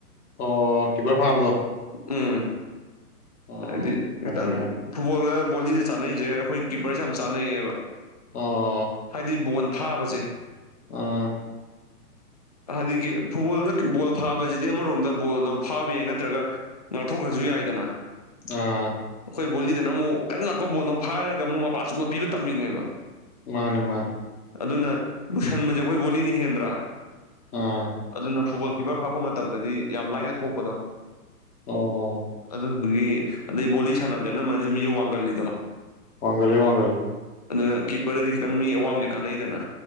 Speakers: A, on the left; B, on the left.
A: ꯑꯣ ꯀꯤꯄꯔ ꯐꯥꯕꯗꯣ
B: ꯎꯝ
A: ꯑꯣ
B: ꯍꯥꯏꯗꯤ
A: ꯈꯪꯉꯦ
B: ꯈꯤꯇꯪ
A: ꯈꯪꯉꯦ
B: ꯐꯨꯠꯕꯣꯜꯒ ꯕꯣꯂꯤꯒ ꯆꯥꯅꯩꯖꯦ ꯑꯈꯣꯏ ꯀꯤꯞꯄꯔꯖꯦ ꯌꯥꯝ ꯆꯥꯅꯩꯌꯦꯕ
A: ꯑꯣ
B: ꯍꯥꯏꯗꯤ ꯕꯣꯟ ꯐꯥꯕꯖꯦ
A: ꯑꯥ
B: ꯍꯥꯏꯗꯒꯤ ꯐꯨꯠꯕꯣꯜꯗ ꯕꯣꯜ ꯐꯥꯕꯖꯤꯗꯤ ꯑꯃꯔꯣꯝꯗ ꯕꯣꯜꯗꯣ ꯐꯥꯕ ꯌꯥꯏ ꯅꯠꯇ꯭ꯔꯒ ꯉꯥꯛꯊꯣꯛꯈ꯭ꯔꯁꯨ ꯌꯥꯏꯗꯅ
A: ꯑꯥ
B: ꯑꯈꯣꯏ ꯕꯣꯂꯤꯗꯅ ꯑꯃꯨꯛ ꯀꯟꯅ ꯂꯥꯛꯄ ꯕꯣꯜꯗꯣ ꯐꯥꯔꯒ ꯑꯃꯨꯛ ꯃꯄꯥ ꯆꯨꯝꯅ ꯄꯤꯕ ꯇꯝꯃꯤꯅꯦꯕ
A: ꯃꯥꯅꯦ ꯃꯥꯅꯦ
B: ꯑꯗꯨꯅ ꯂꯨꯁꯟꯕꯖꯦ ꯑꯈꯣꯏ ꯕꯣꯂꯤꯅ ꯍꯦꯟꯗ꯭ꯔꯥ
A: ꯑꯦ
B: ꯑꯗꯨꯅ ꯐꯨꯠꯕꯣꯜ ꯀꯤꯞꯄꯔ ꯐꯥꯔꯛꯄ ꯃꯇꯝꯗꯗꯤ ꯌꯥꯝ ꯂꯥꯏꯅ ꯊꯣꯛꯄꯗꯣ
A: ꯑꯣ
B: ꯑꯗꯨꯗꯨꯒꯤ ꯑꯗꯩ ꯕꯣꯂꯤ ꯁꯥꯟꯅꯕꯖꯦ ꯑꯅꯝꯕꯅꯖꯨ ꯃꯤꯖꯤ ꯋꯥꯡꯒꯜꯂꯤꯗꯣ
A: ꯋꯥꯡꯒꯜꯂꯦ ꯋꯥꯡꯒꯜꯂꯦ
B: ꯑꯗꯨꯅ ꯀꯤꯄꯔꯗꯗꯤ ꯈꯤꯇꯪ ꯃꯤ ꯑꯋꯥꯡꯕꯖꯦ ꯀꯥꯟꯅꯩꯗꯅ